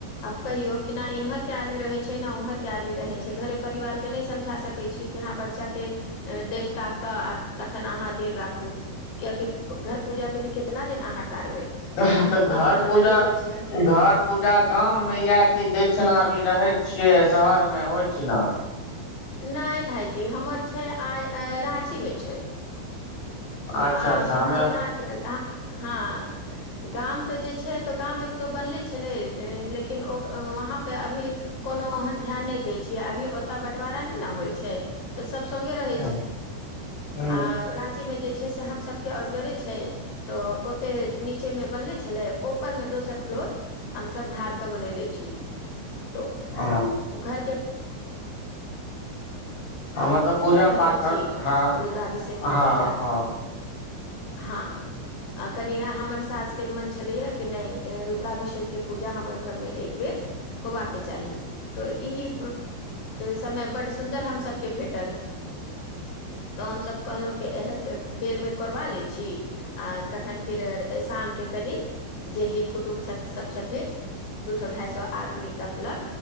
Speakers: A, on the left; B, on the left.
A: आब कहियौ कि नहि इम्हर के आदमी रहैत छै ने ओम्हर के आदमी रहै छै। र परिवार के समझा सक छी बच्चा के त तखन अह द राखू किय घर पूजा के भी कितना दिन टारबै
B: तऽ
A: ओकरो
B: घर
A: तो करवाइए
B: पूजा
A: के छै
B: घर पूजा गाममे इएह कि जेहिठिना अभी रहै। छियै शहरमे ओहिठिना।
A: नहि भइजी हमर छै आ राँची मे छै।
B: अच्छा
A: आ
B: अच्छा
A: हमस
B: हमे
A: रहे। हँ गाम तऽ जे छै तऽ गाममे तऽ बनले छलै लेकिन वहाँपे अभी कोनो ओहन ध्यान नहि दै छियै अभी ओतऽ बँटवारा नहि ने होइ छै तऽ सभ रह
B: ह ह
A: आ मे से हम सब के असगरे छै तऽ ओते नीचे मे बनले छले ऊपर में दोसर फ्लोर हम सभ ढार के बनैले छी। त
B: ह
A: ओ घरके
B: मतलब
A: कहिये
B: पूजा
A: कले
B: पाठर
A: छी
B: हँ
A: रुद्राभिषेक के
B: हँ
A: पूजा
B: हँ।
A: हँ कनि हमर सासके मन छलैएा कि नहि रुद्राभिषेकके पूजा हमर घरमे एक बेर होबाक चाही तऽ ई समय बड्ड सुन्दर हमसभके भेट टल तऽ हमसभ कहलहुँं कि एह बेरमे करबा लै छी आ तखन फिर शामके कनिक जे हित कुटुम्ब सब छथिन दू सए ढाइई सए आदमी तकल।